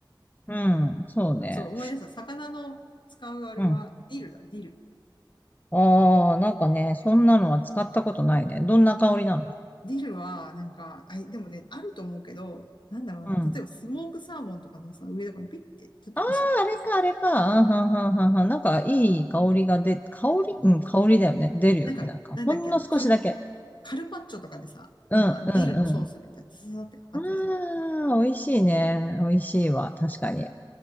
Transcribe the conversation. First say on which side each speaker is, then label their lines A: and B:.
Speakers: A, on the left; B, on the left.
A: うん。そうね。
B: あそう、思い出した。魚の使うあれは、
A: うん。
B: ディルだ、ディル。
A: ああ、なんかね、そんなのは使ったことないね。どんな香りなの
B: ディルは、なんか、あ、でもね、あると思うけど、なんだろうな、
A: うん。
B: 例えばスモークサーモンとかのさ、上とかにピッて、ちょっとおしゃれ。
A: ああ、あれか、あれか。うん、はんはんはんはん。なんか、いい香りが出、香り、うん、香りだよね。出るよね。
B: なんか、
A: なんか、
B: なんだっけ、
A: ほんの少しだけ。
B: あの、カル、カルパッチョとかでさ、
A: うん、
B: なんか、ディルのソースみたいな、
A: うん、
B: ささってかかってない。
A: ああ、美味しいね。美味しいわ。確かに。